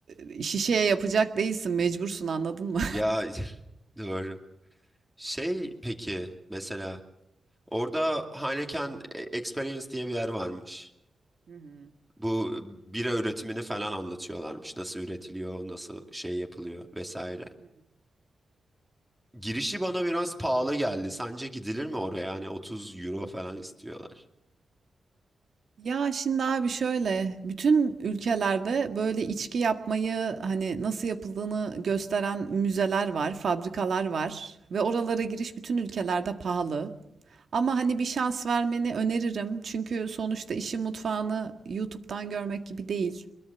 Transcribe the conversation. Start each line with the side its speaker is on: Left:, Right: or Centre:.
Right: e, şişeye yapacak değilsin mecbursun anladın mı?
Centre: Ya <laughs> doğru. Şey peki mesela orada Heineken e, Experience diye bir yer varmış.
Right: <laughs> Hı hı.
Centre: Bu bira üretimini falan anlatıyorlarmış. Nasıl üretiliyor, nasıl şey yapılıyor vesaire.
Right: Hı hı.
Centre: Girişi bana biraz pahalı geldi. Sence gidilir mi oraya? Yani 30 euro falan istiyorlar.
Right: Ya şimdi abi şöyle bütün ülkelerde böyle içki yapmayı hani nasıl yapıldığını gösteren müzeler var, fabrikalar var ve oralara giriş bütün ülkelerde pahalı. Ama hani bir şans vermeni öneririm. Çünkü sonuçta işin mutfağını YouTube'dan görmek gibi değil.